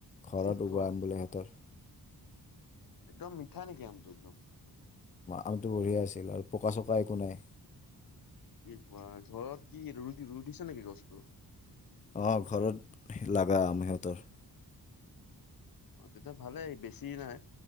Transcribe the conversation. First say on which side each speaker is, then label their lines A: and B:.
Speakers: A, on the left; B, on the left.
A: ঘৰত
B: কি কোৱা
A: উগোৱাম বুলে সিহতৰ
B: একদম মিঠা নেকি আম তো একদম।
A: আমটো বঢ়িয়া আছিল আৰু পকা চকা একো নাই।
B: কি কোৱা। ঘৰত কি ৰুই ৰু ৰুই দিছে নেকি গছটো?
A: অ ঘৰত, লাঙৰা আম সিহঁতৰ।
B: অ তেতিয়া ভালেই, বেছি নাই।